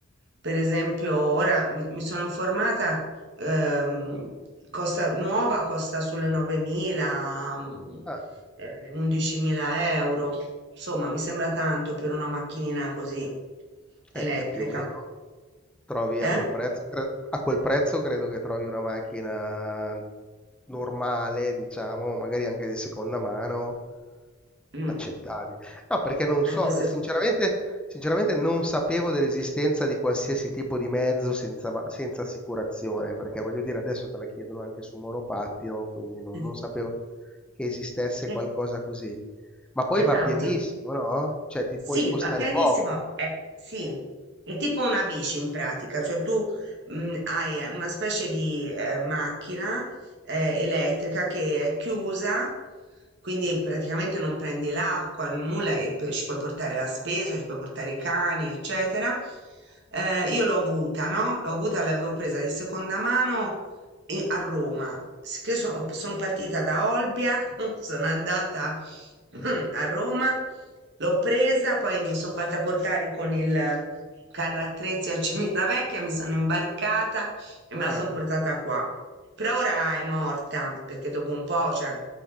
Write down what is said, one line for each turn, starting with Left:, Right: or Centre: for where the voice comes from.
Right: per esempio, ora mi mi sono informata. Ehm, costa, nuova costa sulle 9.000, mm,
Centre: ah,
Right: eh, 11.000 euro. Insomma, mi sembra tanto per una macchinina così elettrica,
Centre: eh, eh, più o meno trovi
Right: eh?
Centre: a quel prezzo, cre- a quel prezzo credo che trovi una macchina normale, diciamo, magari anche di seconda mano.
Right: Mm,
Centre: Accettabile. No, perché non
Right: Anche
Centre: so,
Right: se...
Centre: eh, sinceramente, sinceramente non sapevo dell'esistenza di qualsiasi tipo di mezzo senza, ma- senza assicurazione, perché voglio dire, adesso te la chiedono anche su monopattino, quindi non,
Right: <laughs>
Centre: non sapevo che esistesse
Right: Eh,
Centre: qualcosa così. Ma poi
Right: esatto,
Centre: va pienissimo, no? Cioè ti
Right: Sì,
Centre: puoi spostare
Right: va pianissimo,
Centre: poco.
Right: eh, sì, è tipo una bici in pratica, cioè tu mh, hai eh, una specie di eh, macchina eh, elettrica che è chiusa, quindi praticamente non prendi l'acqua, nulla, e poi ci puoi portare la spesa, ci puoi portare i cani, eccetera. Eh, io l'ho avuta, no? L'ho avuta, l'avevo presa di seconda mano e- a Roma. S- Che sono, sono partita da Olbia, <laughs> sono andata <clears throat> a Roma, l'ho presa, poi mi sono fatta portare con il carro attrezzi a Civitavecchia, mi sono imbarcata e me la
Centre: Ah,
Right: sono portata qua. Però ora è morta perché dopo un po', cioè,